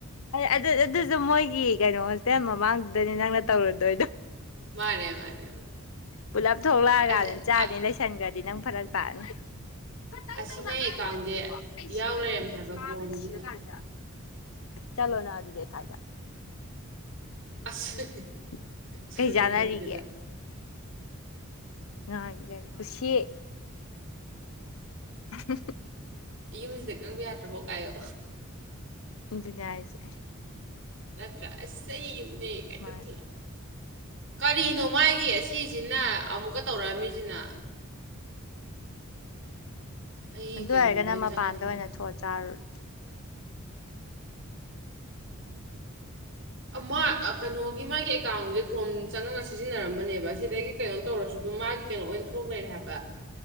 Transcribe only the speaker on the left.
ꯑꯗꯨ ꯑꯗꯨꯁꯨ ꯃꯣꯏꯒꯤ ꯀꯩꯅꯣ ꯍꯣꯁꯇꯦꯜ ꯃꯃꯥꯡ ꯑꯗꯨꯗꯅꯤ ꯅꯪꯅ ꯇꯧꯔꯨꯗꯣꯏꯗꯣ
ꯄꯨꯂꯞ ꯊꯣꯛꯂꯛꯑꯀꯥꯟꯗ
ꯆꯥꯅꯤ
ꯂꯩꯁꯟꯈ꯭ꯔꯗꯤ ꯅꯪ ꯐꯔꯛ ꯇꯥꯛꯑꯅꯤ ꯈꯇꯪꯗꯧꯅ
ꯉꯥꯡꯕ
ꯈꯛꯇꯕꯣ ꯑꯩ
ꯁꯤꯗꯧꯔꯤ
ꯁꯥꯕꯅ
ꯁꯤꯔꯀꯥꯟꯗ ꯆꯂꯣ ꯅ ꯑꯗꯨꯗ ꯐꯥꯏꯗ ꯎ
ꯎ
ꯀꯩ ꯆꯥꯟꯅꯔꯤꯒꯦ ꯉꯥꯡꯅꯤ ꯀꯩꯅꯣ ꯈꯨ ꯎꯆ ꯍ
ꯕꯤꯅꯏꯖ
ꯃꯥ
ꯑꯗꯨ
ꯑꯣꯏꯔꯒꯅ
ꯃꯄꯥꯟꯗ
ꯑꯣꯏꯅ ꯊꯣꯛꯑ ꯆꯥꯔꯨꯔꯣ